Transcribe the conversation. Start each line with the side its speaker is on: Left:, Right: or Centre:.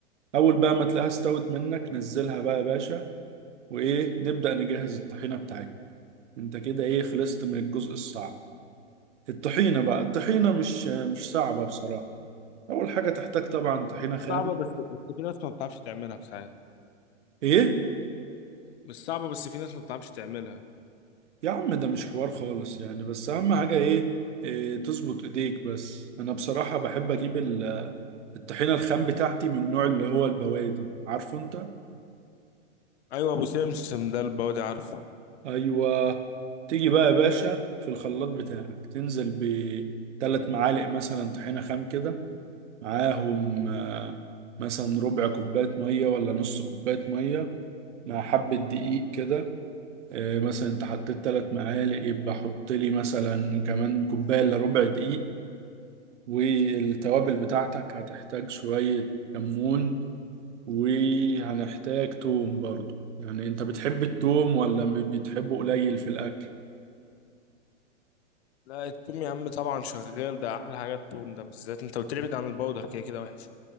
Right: اول بقى ما تلاقيها استوت منك نزلها بقى يا باشا وايه نبدأ نجهز الطحينة بتاعتنا انت كده ايه خلصت من الجزء الصعب الطحينة بقى الطحينة مش مش صعبة بصراحة اول حاجة تحتاج طبعا طحينة خام
Left: صعبة بس بس في ناس ما بتعرفش تعملها في ساعات
Right: ايه
Left: مش صعبة بس في ناس ما بتعرفش تعملها
Right: يا عم ده مش حوار خالص يعني بس اهم حاجة ايه, إيه تظبط ايديك بس انا بصراحة بحب اجيب ال- الطحينة الخام بتاعتي من النوع اللي هو البوادي عارفه انت
Left: ايوه ابو سمسم ده البودي عارفه
Right: ايوه تيجي بقى يا باشا في الخلاط بتاعك تنزل بثلاث معالق مثلا طحينه خام كده معاهم آه، مثلا ربع كوبايه ميه ولا نص كوبايه ميه مع حبه دقيق كده آه، مثلا انت حطيت ثلاث معالق يبقى حط لي مثلا كمان كوبايه الا ربع دقيق والتوابل بتاعتك هتحتاج شويه كمون وهنحتاج توم برضو يعني انت بتحب التوم ولا بتحبه قليل في الاكل
Left: لا التوم يا عم طبعا شغال ده احلى حاجه التوم ده بالذات انت قلت لي ابعد عن البودر كده كده وحش